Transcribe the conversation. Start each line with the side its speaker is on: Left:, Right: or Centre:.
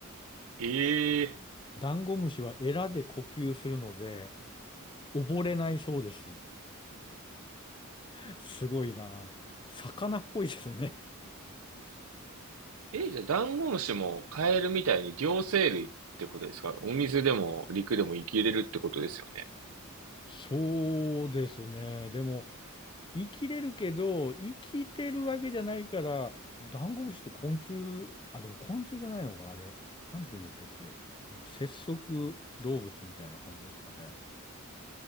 Right: え
Left: ダンゴムシはエラで呼吸するので溺れないそうです。<laughs> すごいな。魚っぽいですね。
Right: ええ、じゃあ、ダンゴムシもカエルみたいに両生類ってことですかお水でも陸でも生きれるってことですよね。
Left: そうですね。でも、生きれるけど、生きてるわけじゃないから、ダンゴムシって昆虫、あ、でも昆虫じゃないのか、あれ。なんて言うんだったっけ。なんか節足動物みたいな感じですかね。